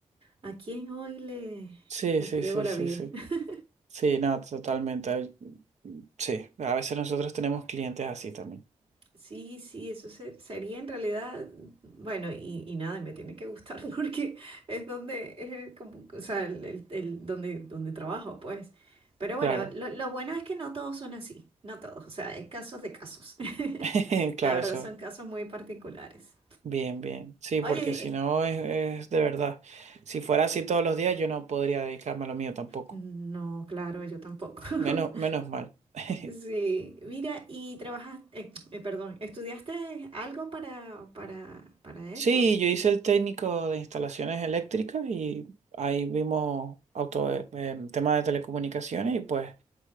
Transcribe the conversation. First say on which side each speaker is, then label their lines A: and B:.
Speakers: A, on the right; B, on the right.
A: a quién hoy le,
B: Sí,
A: le
B: sí,
A: friego
B: sí,
A: la
B: sí,
A: vida.
B: sí.
A: <laughs>
B: Sí, no, totalmente. Ay, Sí, a veces nosotros tenemos clientes así también.
A: Sí, sí, eso se- sería en realidad, bueno, y, y nada, y me tiene que gustar <laughs> porque es donde, es el como, o sea, el, el- el- donde, donde trabajo, pues. Pero bueno,
B: Claro,
A: lo, lo bueno es que no todos son así, no todos, o sea, hay casos de casos. <laughs>
B: <laughs> claro,
A: La verdad
B: eso.
A: son casos muy particulares.
B: Bien, bien. Sí, porque
A: Oye,
B: si no es, es de verdad. Si fuera así todos los días, yo no podría dedicarme a lo mío tampoco.
A: No, claro, yo tampoco. <laughs>
B: Menos, menos mal. <laughs>
A: Sí, mira, y trabajas, eh, eh, perdón, ¿estudiaste algo para, para, para esto?
B: Sí, yo hice el técnico de instalaciones eléctricas y ahí vimos auto, eh, em, tema de telecomunicaciones y pues